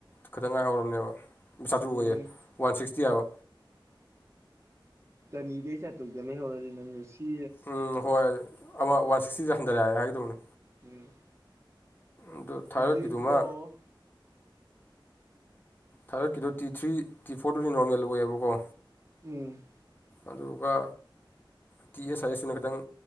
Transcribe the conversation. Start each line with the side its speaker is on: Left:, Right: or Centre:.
Left: ꯈꯇꯪ ꯉꯥꯏꯍꯧꯔꯕꯅꯦꯕ ꯆꯥꯇ꯭ꯔꯨꯛ ꯑꯥꯢꯌꯦ
Right: ꯎꯝ
Left: ꯋꯥꯟ ꯁꯤꯛꯁꯇꯤ ꯍꯥꯏꯕ
Right: ꯆꯅꯤꯗꯩ ꯆꯥꯇ꯭ꯔꯨꯛꯇ ꯂꯩꯍꯧꯔꯗꯤ ꯅꯪꯁꯨ ꯁꯤ
Left: ꯎꯝ ꯍꯣꯏ ꯑꯃ ꯋꯥꯟ ꯁꯤꯛꯁꯇꯤꯁꯦ ꯍꯟꯊꯔꯛꯑꯦ ꯍꯥꯏꯒꯦꯗꯧꯕꯅꯦ
Right: ꯎꯝ
Left: ꯑꯗꯣ
Right: ꯑꯗꯨꯏꯗꯣ
Left: ꯊꯥꯏꯔꯣꯏꯗꯀꯤꯗꯨꯃ ꯊꯥꯏꯔꯣꯏꯗꯀꯤꯗꯣ ꯇꯤ ꯊ꯭ꯔꯤ ꯇꯤ ꯐꯣꯔꯗꯨꯗꯤ ꯅꯣꯔꯃꯦꯜ ꯑꯣꯏꯌꯦꯕꯀꯣ
Right: ꯎꯝ
Left: ꯑꯗꯨꯒ ꯇꯤ ꯑꯦꯁ ꯑꯥꯏ ꯑꯦꯁꯅ ꯈꯤꯇꯪ